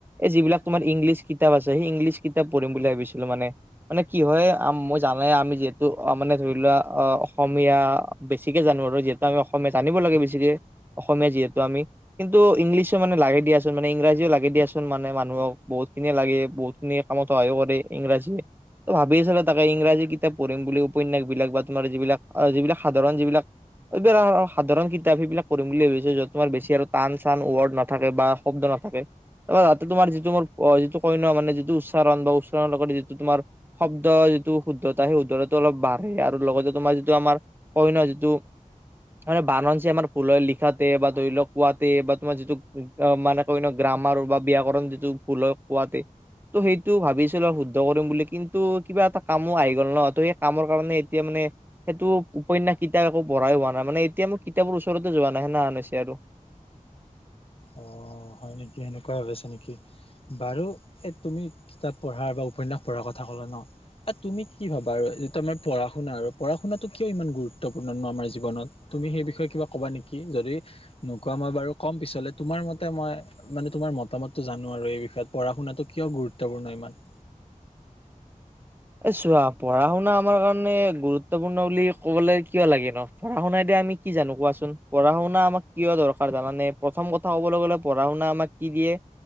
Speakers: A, on the right (about 15°); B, on the left (about 45°).
A: এই যিবিলাক তোমাৰ ইংলিছ কিতাপ আছে সেই ইংলিছ কিতাপ পঢ়িম বুলি ভাবিছিলোঁ মানে। মানে কি হয় মই জানাই আমি যিহেতু অ মানে ধৰি লোৱা অ অসমীয়া বেছিক। জানো আৰু যিহেতু আমি অসমীয়া জানিব লাগে বেছিকে অসমীয়া যিহেতু আমি। কিন্তু ইংলিছো মানে লাগে দিয়াচোন ইংৰাজীও লাগে দিয়াচোন মানে মানুহক বহুত খিনি লাগে। নে কামত আহিব দেই ইংৰাজীয়ে। ত ভাবি আছিলোঁ তাকে ইংৰাজী কিতাপ পঢ়িম বুলি উপন্যাস বিলাক বা তোমাৰ যিবিলাক যিবিলাক সাধাৰণ যিবিলাক। এইবাৰ সাধাৰণ কিতাপ সেইবিলাক পৰিম বুলি ভাবিছোঁ য'ত তোমাৰ বেছি আৰু টান চান ৱৰ্ড নাথাকে বা শব্দ নাথাকে। অহ তাতে তোমাৰ যিটো মোৰ যিটো কয় ন মানে যিটো উচ্চাৰণ বা উচ্চাৰণৰ লগতে যিটো তোমাৰ। শব্দ যিটো শুদ্ধতা সেই শুদ্ধতাটো অলপ বাঢ়ে আৰু লগতে তোমাৰ যিটো আমাৰ কয় ন যিটো। মানে বানন যি আমাৰ ভুল হয় লিখাতে বা ধৰি লওক কোৱাতে বা তোমাৰ যিটো মানে। হয় নে গ্ৰামাৰ বা ব্যাকৰণ যিটো ভুল হয় কোৱাতে। ত' সেইটো ভাবিছিলোঁ আৰু শুদ্ধ কৰিম বুলি কিন্তু কিবা এটা কামো আহি গ'ল ন ত সেই কামৰ কাৰণে এতিয়া মানে। সেইটো উপন্যাস কিতাপ একো পঢ়াই হোৱা নাই মানে এতিয়া মই কিতাপৰ ওচৰতে যোৱা নাই সেনেহান হৈছে আৰু।
B: অহ হয়। হয় নেকি সেনেকুৱা হৈ আছে নেকি? বাৰু এই তুমি কিতাপ পঢ়াৰ বা উপন্যাস পঢ়াৰ কথা ক'লা ন। তুমি কি ভাবা আৰু যিটো আমাৰ পঢ়া শুনা আৰু পঢ়া শুনাটো কিয় ইমান গুৰুত্বপূৰ্ণ ন আমাৰ জীৱনত। তুমি সেই বিষয়ে কিবা কবা নেকি যদি নোকোৱা মই বাৰু কম পিছলে তোমাৰ মতে মই। মানে তোমাৰ মতামতটো জানো আৰু এই বিষয়ত পঢ়া শুনাতো কিয় গুৰুত্বপূৰ্ণ ইমান।
A: এই চোৱা পঢ়া শুনা আমাৰ কাৰণে গুৰুত্বপূৰ্ণ বুলি কবলৈ কিয় লাগে নো। পঢ়া শুনাই দি আমি কি জানো কোৱাচোন পঢ়া শুনা আমাক কিয় দৰকাৰ জানেনে প্ৰথম কথা ক'বলৈ গ'লে পঢ়া শুনা আমাক। কি দিয়ে